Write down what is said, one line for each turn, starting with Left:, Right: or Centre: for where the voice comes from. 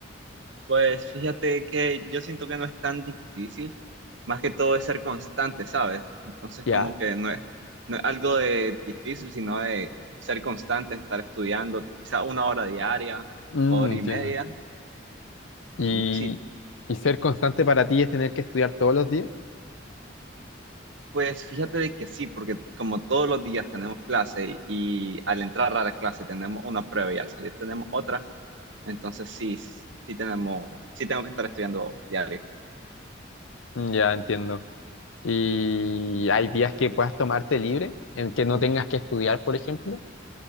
Right: Pues fíjate que yo siento que no es tan difícil, más que todo es ser constante, ¿sabes? Entonces
Left: Ya,
Right: como que no es, no es algo de difícil, sino de ser constante, estar estudiando quizá una hora diaria,
Left: Mm,
Right: hora
Left: entiendo.
Right: y media.
Left: ¿Y,
Right: Mm, Sí.
Left: y ser constante para ti es tener que estudiar todos los días?
Right: Pues fíjate de que sí, porque como todos los días tenemos clase y al entrar a la clase tenemos una prueba y al salir tenemos otra, entonces sí, sí tenemos, sí tengo que estar estudiando diario.
Left: Mm, Ya, entiendo. y hay días que puedas tomarte libre, en que no tengas que estudiar, por ejemplo.